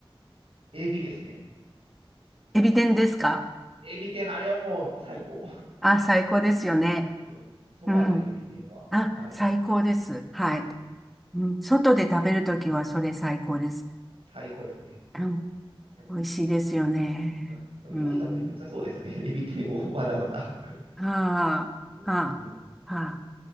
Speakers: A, on the right; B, in the centre.
A: エビですね。
B: エビ天ですか
A: エビ天、あれはもう最高。
B: あ、最高ですよね。
A: うん、そばでエビ天は。
B: うん。あ、
A: はい。
B: 最高です。はい。
A: うん
B: うん、外で食べるときはそれ最高です。
A: 最高ですよね。
B: うん、
A: でも、
B: 美味しいですよね。
A: あうんでも用意がめんどくさそうですよね。
B: うん。
A: <laughs> エビ天をわざわざ。
B: はあ、
A: うんうん
B: はあ、はあ。